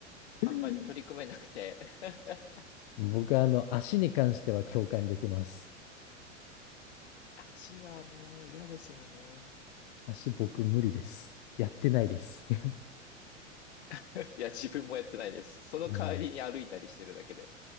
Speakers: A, on the left; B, on the left.
A: あんまり取り組めなくて。
B: <laughs>
A: <laughs>
B: 僕は、あの、足に関しては共感できます。
A: なんで、足はもう嫌ですよね。
B: 足僕無理です。やってないです。<laughs>
A: <laughs> いや、自分もやってないです。その代わりに歩いたりしてるだけで、
B: も